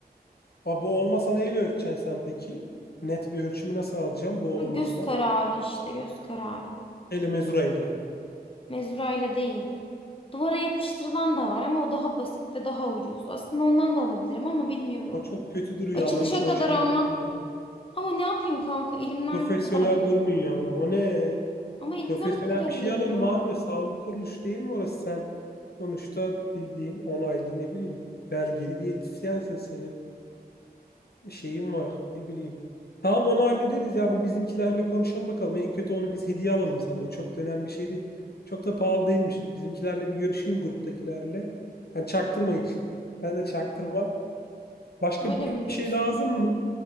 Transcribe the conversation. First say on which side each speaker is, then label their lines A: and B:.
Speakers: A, on the left; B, on the left.
A: Aa, bu olmasa neyle ölçeceksin sen peki? Net bir ölçümü nasıl alacağım bu
B: Ha, Göz
A: olmasa?
B: kararı işte göz kararı.
A: Ele mezurayla.
B: Mezurayla değil. Duvara yapıştırılan da var ama o daha basit ve daha ucuz. Aslında ondan da alabilirim ama bilmiyorum.
A: O çok kötü duruyor
B: Açılışa
A: ama hiç o
B: kadar
A: şey
B: almak
A: durmuyor.
B: ama ne yapayım kanka elimden
A: Profesyonel
B: bu kadar geliyor.
A: durmuyor. O ne?
B: Ama elimden
A: Profesyonel
B: bu kadar
A: bir
B: geliyor.
A: şey alalım abi. Sağlık kuruluşu değil mi orası sen? Sonuçta bildiğin onaylı ne bileyim belgeli diyetisyensin. Senin şeyim var. Ne bileyim. Tamam onu hallederiz ya. Bir bizimkilerle konuşalım bakalım. En kötü onu biz hediye alalım sana. O çok da önemli bir şey değil. Çok da pahalı değilmiş. Bizimkilerle bir görüşeyim gruptakilerle. Yani çaktırma hiç. Ben de çaktırma. Başka
B: Öyle
A: bir
B: mi diyorsun?
A: şey lazım mı?